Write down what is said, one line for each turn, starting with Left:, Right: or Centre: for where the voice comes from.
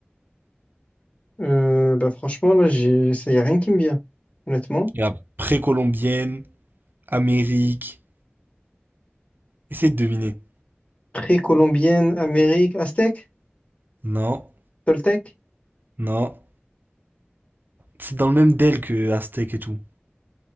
Left: Euh, bah franchement, là, j'ai... Ça y a rien qui me vient, honnêtement.
Right: Il y a précolombienne, Amérique. Essaie de deviner.
Left: Précolombienne, Amérique, Aztèque,
Right: Non,
Left: Toltèque,
Right: non. C'est dans le même DEL que Aztèque et tout.